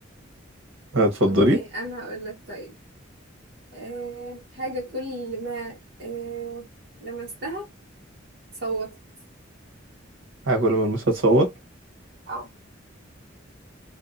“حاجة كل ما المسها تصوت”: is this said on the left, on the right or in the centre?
Right